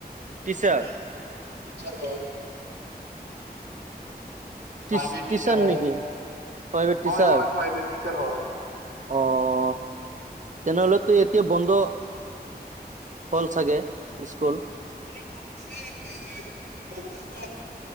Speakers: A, on the right (about 50°); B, on the right (about 80°).
A: টিচাৰ
B: হয় টিচাৰ হয়।
A: টিচ
B: প্ৰাইভেট টিচাৰ হয়।
A: নেকি? প্ৰাইভেট টিচাৰ
B: হয় হয় প্ৰাইভেট টিচাৰ হয়।
A: অ' তেনেহ'লেটো এতিয়া বন্ধ, হ'ল চাগে? স্কুল।
B: এইবোৰ পিছে নে অগষ্ট